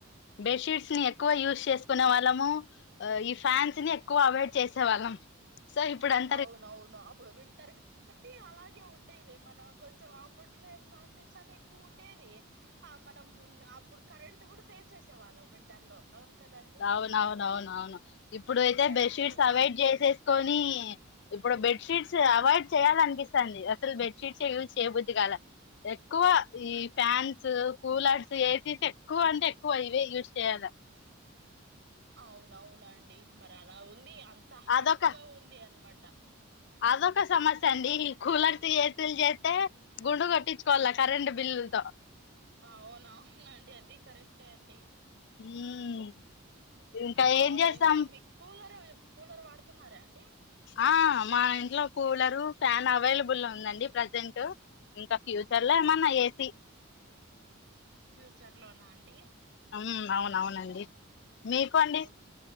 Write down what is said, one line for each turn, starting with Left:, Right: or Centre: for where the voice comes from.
Left: బెట్ షీట్స్ ఎక్కువ యూస్ చేసుకునే వాళ్ళము ఈ ఫ్యాన్స్ ని ఎక్కువ అవాయిడ్ చేసేవాళ్ళం సో ఇప్పుడు అం
Right: అవునవును అప్పుడు వింటర్ కాబట్టి అలాగే ఉండేది మనం కొంచెం అప్పట్లో ఎట్లా అంటే చలి ఎక్కువ ఉండేది మనం అప్పుడు కరెంట్ కూడా సేవ్ చేసే వాళ్ళం వింటర్ లో అవును కదండి
Left: అవునవును అవునువును ఇప్పుడయితే
Right: ఇప్పుడైతే
Left: బెడ్ షీట్స్
Right: వా
Left: అవాయిడ్ చేసేసుకొని ఇప్పుడు బెడ్ షీట్స్ అవాయిడ్ చేయాల అనిపిస్తాంది అసలు బెడ్ షీట్స్ ఏ యూజ్ చేయబుద్ది కాలా ఎక్కువ ఈ ఫ్యాన్స్ కూలర్స్ ఏసీస్ ఎక్కువ అంటే ఎక్కువ ఇవే యూజ్ చేయాలా
Right: <inaudible> అవునవునండి మరి అలా ఉంది అంత హాట్
Left: అదొక
Right: గా ఉంది అనమాట
Left: అదొక సమస్ అండి ఈ కూలర్స్ ఏసిలు చేస్తే గుండు కొట్టించుకోవాల కరెంట్ బిల్లులతో
Right: అవునవునండి అది కరెక్టే అండి
Left: ఉమ్, ఇంకా ఏం
Right: అవును
Left: చేస్తాం
Right: ఇంకా మీకు కూలర్ కూలర్ వాడుతున్నారా అండి
Left: ఆ మా ఇంట్లో కూలరు ఫ్యాన్ అవైలబుల్ ఉందండి ప్రజెంట్ ఇంకా ఫ్యూచర్ లో ఏమన్నా ఏసీ
Right: ఫ్యూచర్ లోనా అండి
Left: హ్మ్మ్ అవునవునండి మీకు అండి
Right: ఓ-